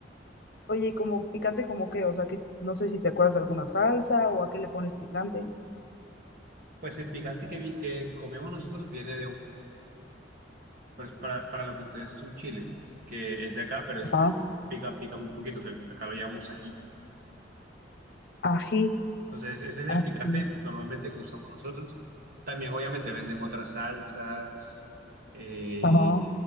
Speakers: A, on the left; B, on the right.
A: Oye, ¿y como picante como qué? O sea, que no sé si te acuerdas de alguna salsa o a qué le pones picante.
B: Pues el picante que, vi- que comemos nosotros viene pues para, para lo que ustedes es un chile, que es de acá, pero es,
A: Ajá.
B: es- pica, pica muy poquito, que acá lo llamamos ají.
A: Ají.
B: Entonces, ese es el
A: Ají.
B: picante normalmente que usamos nosotros. También, obviamente, venden otras salsas, eh,
A: Ajá.